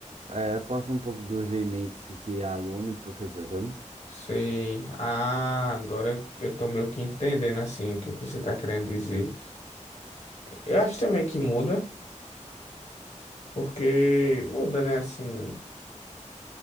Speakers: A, on the right (about 55°); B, on the left (about 55°).
A: É, passa um pouco dos limites de aluno e professor, sabe?
B: Sei. Ah, agora eu tô meio que entendendo, assim, o que que você tá querendo dizer. Eu acho também que muda, porque muda, né, assim,